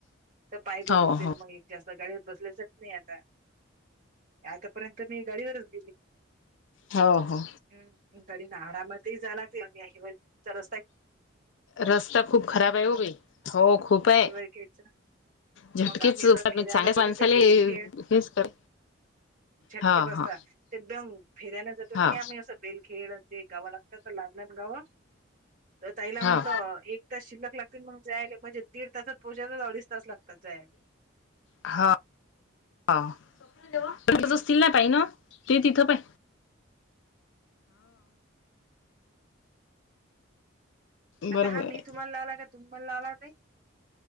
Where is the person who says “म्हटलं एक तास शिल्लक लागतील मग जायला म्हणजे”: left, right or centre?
Right